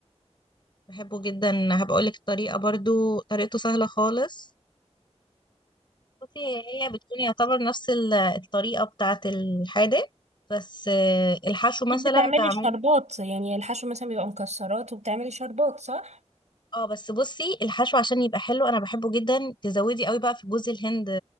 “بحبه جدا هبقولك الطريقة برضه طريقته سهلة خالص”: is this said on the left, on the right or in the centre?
Left